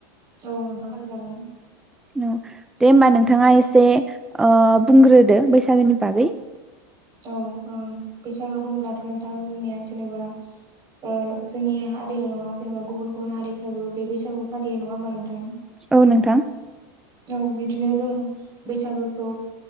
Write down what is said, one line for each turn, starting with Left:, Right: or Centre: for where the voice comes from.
Right: औ नोंथां सावरायजागोन
Centre: औ दे होमबा नोंथाङा एसे ओ बुंग्रोदो बैसागोनि बागै
Right: औ बैसागो बुङ्लाथ' नोंथां जोंनिया जेनेबा ओ जोंनि हारिल' नङा जेनेबा गुबुन गुबुन हारिफोराबो बे बैसागुखौ फालियो नङा होमबा नोंथां?
Centre: औ नोंथां
Right: औ बिदिनो जों बैसागोखौ